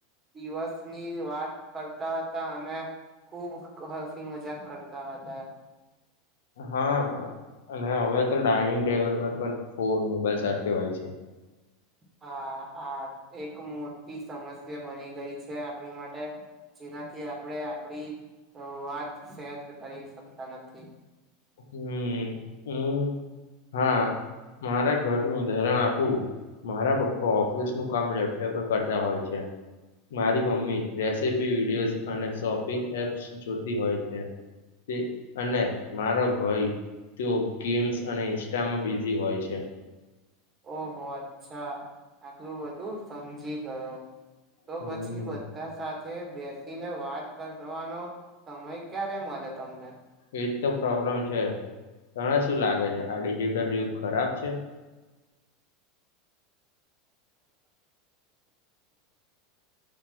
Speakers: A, on the right (about 20°); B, on the left (about 65°).
A: દિવસની વાત કરતા હતા અને ખૂબ હસી મજાક કરતા હતા.
B: હહ અને હવે તો ડાઇનિંગ ટેબલ પર પણ ફોન, મોબાઈલ સાથે હોય છે.
A: હા આ એક મોટી સમસ્યા બની ગઈ છે આપણી માટે જેનાથી આપણે આપણી હહ વાત શેર કરી તા નથી
B: હમ હું હા મારા ઘરનું ધરણ આપું મારા પપ્પા ઓફિસનું કામ લેપટોપે કરતા હોય છે મારી મમ્મી રેસીપી વિડીિયોઝ અને શોપિંગ એપ્સ જોતી હોય છે અને મારો ભાઈ તેઓ ગેમ્સ અને ઇન્સ્ટામાં બિઝી હોય છે
A: ઓહો અચ્છા આટલું બધું સમજી ગયો તો
B: હમ
A: પછી બધા સાથે બેસીને વાત કરવાનો સમય ક્યારે મળે તમને
B: એજ તો પ્રોબ્લેમ છે તને શું લાગે છે આ ડિજિટલ યુગ ખરાબ છે